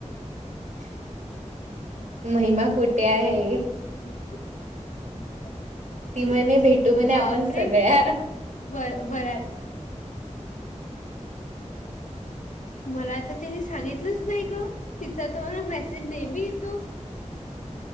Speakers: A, on the right (about 70°); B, on the left (about 80°).
A: <inaudible> महिमा कुठे आहे?
B: <inaudible>
A: ती म्हणे भेटू म्हणे
B: बापरे!
A: आपण सगळ्या
B: वर वरात मला तर ती सांगितलीच नाही ग तिचा तर मेसेज नेहमी येतो.